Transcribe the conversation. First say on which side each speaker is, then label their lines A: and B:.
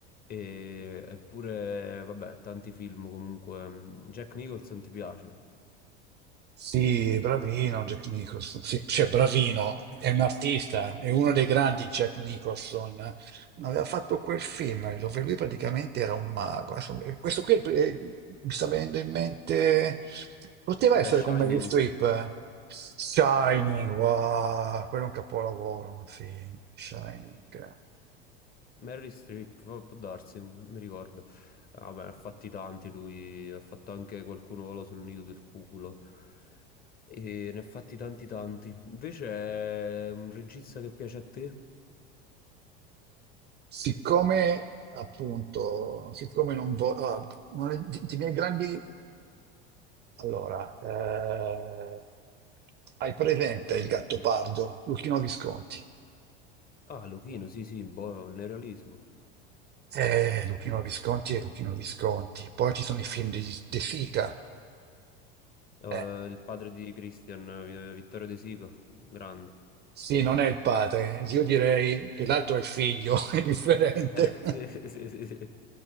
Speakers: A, on the left (about 30°); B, on the right (about 35°).
A: E- eppure, vabbè, tanti film comunque. mm, Jack Nicholson ti piace?
B: Sì, bravino Jack Nicholson. Sì, cioè, bravino, è un artista, è uno dei grandi Jack Nicholson. Aveva fatto quel film dove lui praticamente era un mago. Adesso, eh, questo qui eh, mi sta venendo in mente. Poteva
A: Vabbè,
B: essere
A: Shining,
B: come Meryl Streep. eh. Shining,
A: eh,
B: wow, quello è un capolavoro. Sì, Shining.
A: Meryl Streep, può può darsi, non mi ricordo. Ah, Vabbè, ha fatti tanti lui, ha fatto anche qualcuno vola sul nido del cuculo. E ne ha fatti tanti tanti. Invece è un regista che piace a te?
B: Siccome appunto, siccome non voglio, i miei grandi, allora, eh, hai presente
A: So
B: il
A: che
B: Gattopardo,
A: è difficile.
B: Luchino Visconti?
A: Ah, Luchino, sì, sì, boh, il neorealismo.
B: Eh, Luchino Visconti e Luchino Visconti. Poi ci sono i film di De Sica.
A: Eh,
B: Eh,
A: il padre di Christian, eh, Vittorio De Sica, grande.
B: sì, non è il padre. Io direi che l'altro è il figlio, <laughs> è differente.
A: <laughs> Eh,
B: <laughs>
A: Sì, sì, sì, sì.